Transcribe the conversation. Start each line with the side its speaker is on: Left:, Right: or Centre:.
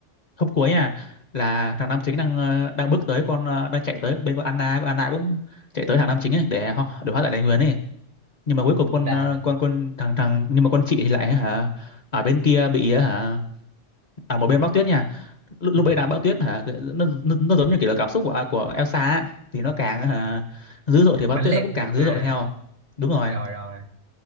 Left: hôm cuối nha là thằng nam chính đang ờ, đang bước tới con ờ, đang chạy tới bên con Anna con Anna cũng chạy tới thằng nam chính ấy để họ để hóa giải đại nguyền ấy nhưng mà cuối cùng con
Right: là
Left: ờ, con con thằng thằng nhưng mà con chị thì lại hả ở bên kia bị hả ở một bên bão tuyết nha lúc,
Right: ừ,
Left: lúc ấy đang bão tuyết hả cái- nó, nó, nó giống như kiểu là cảm xúc của à, của Elsa ấy. thì nó càng hả dữ dội thì bão
Right: mãnh
Left: tuyết
Right: liệt
Left: nó cũng càng dữ
Right: à
Left: dội theo đúng rồi
Right: rồi rồi